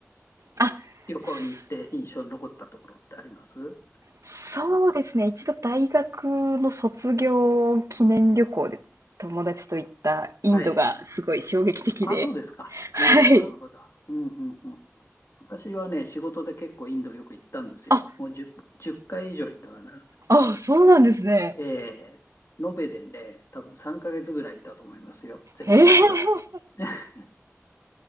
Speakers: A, on the right; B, on the left.
A: あ、
B: 旅行に行って印象に残ったところってあります
A: そそうですね。一度大学の卒業記念旅行で友達と行ったインドがすごい衝撃的で。
B: はい。あ、そうですか。
A: はい。
B: なるほど、なるほど。うんうんうん。私はね、仕事で結構インドよく行ったんですよ。
A: あ、
B: もう 10, 10回以上行ったかな。
A: あ、そうなんですね。
B: えー、延べでね、多分3ヶ月ぐらいいたと思いますよ。全部足したら。
A: へえ。
B: <laughs>